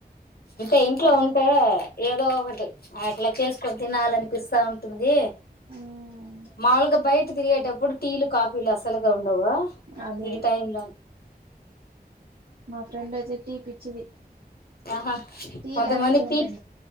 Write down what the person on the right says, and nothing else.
కా
ఆ
అదే
మా ఫ్రెండ్ ది టీ పిచ్చిది
టీ
లేకపోత ఉండదు